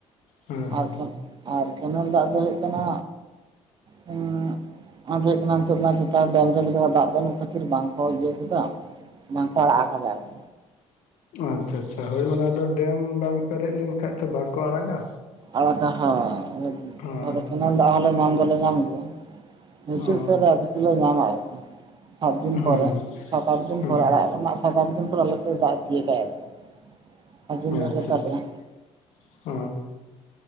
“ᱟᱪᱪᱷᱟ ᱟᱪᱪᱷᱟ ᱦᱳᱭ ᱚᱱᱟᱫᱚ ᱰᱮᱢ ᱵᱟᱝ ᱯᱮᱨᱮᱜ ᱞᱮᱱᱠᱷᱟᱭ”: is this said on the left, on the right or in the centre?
Left